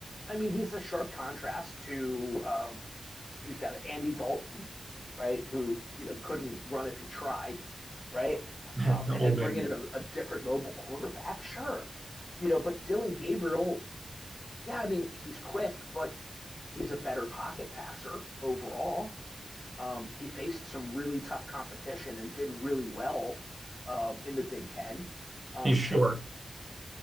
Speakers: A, on the left; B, on the right.
A: I mean he's a sharp contrast to um who's down there, Andy Dalton, right, who you know couldn't run if he tried, right,
B: <laughs>
A: um,
B: the
A: and
B: old
A: then bringing
B: England.
A: in a, a different mobile quarterback, sure, you know, but Dylan Gabriel, yeah, I mean he's quick, but he's a better pocket passer overall. Um, he faced some really tough competition and did really well um, in the Big Ten. Um,
B: He's short.
A: so